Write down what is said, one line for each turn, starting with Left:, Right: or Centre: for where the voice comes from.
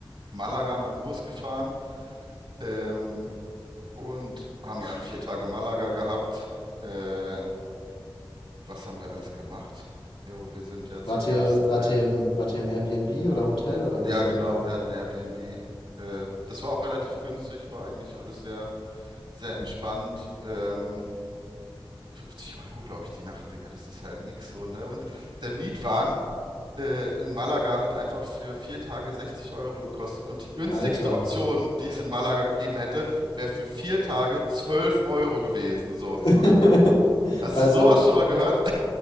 Right: Malaga mit dem Bus gefahren ähm, und haben dann vier Tage Malaga gehabt. Äh, was haben wir alles gemacht? Jo, wir sind ja zuerst,
Left: Wart ihr, wart
Right: äh,
Left: ihr im, wart ihr im Airbnb oder Hotel oder
Right: ja
Left: wie wart
Right: genau,
Left: ihr da?
Right: wir hatten Airbnb. Äh, das war auch relativ günstig, war eigentlich alles sehr, sehr entspannt. Ähm, 50 Euro, glaube ich, die Nacht, Digga, das ist ja nix so, ne? Und der Mietwagen, äh, in Malaga hat einfach für vier Tage 60 Euro gekostet und die günstigste
Left: Alter.
Right: Option, die es in Malaga gegeben hätte, wäre für vier Tage 12 Euro gewesen. So.
Left: <laughs>
Right: Hast
Left: Also,
Right: du sowas schon mal gehört?